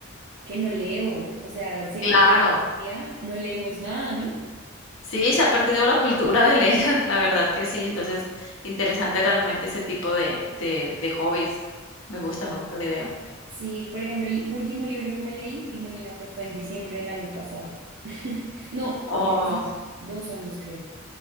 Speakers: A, on the right; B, on the left.
A: que no leo, o sea, siento
B: Claro,
A: que hoy en día no leemos nada, ¿no?
B: sí, se ha perdido la cultura de leer, <laughs> la verdad que sí, entonces interesante realmente ese tipo de, de, de hobbies. Me gusta, me gusta la idea.
A: Sí, por ejemplo, el último libro que me leí, imagínate, fue en diciembre del año pasado. <laughs> No,
B: Oh,
A: de hace dos años creo.